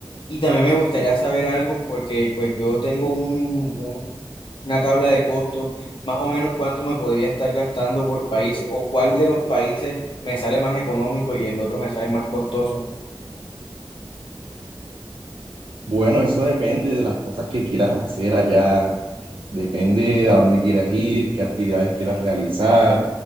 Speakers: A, on the left (about 60°); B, on the right (about 65°).
A: Y también me gustaría saber algo porque pues yo tengo un, un- una tabla de costos, más o menos cuánto me podría estar gastando por país o cuál de los países me sale más económico y el otro me sale más costoso.
B: Bueno, eso depende de las cosas que quieras hacer allá Depende a dónde quieras ir, qué actividades quieras realizar.